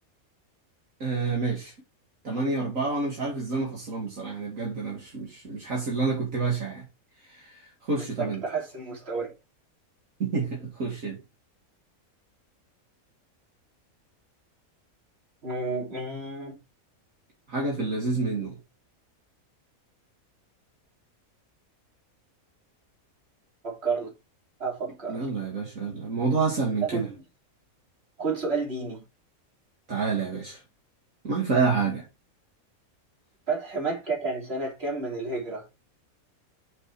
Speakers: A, on the right; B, on the right.
A: آه ماشي تمانية أربعة وأنا مش عارف إزاي أنا خسران بصراحة يعني بجد أنا مش مش مش حاسس إن أنا كنت بشع يعني خش
B: محتاج
A: طب أنت
B: تحسن مستواك
A: <laughs> خش أنت
B: مم، مم،
A: حاجة في اللذيذ منه
B: أفكر لك أفكر
A: يلا
B: لك
A: يا باشا يلا الموضوع أسهل من
B: آخد-
A: كده
B: خد سؤال ديني
A: تعالى يا باشا معاك في اي حاجه
B: فتح مكة كان سنة كام من الهجرة؟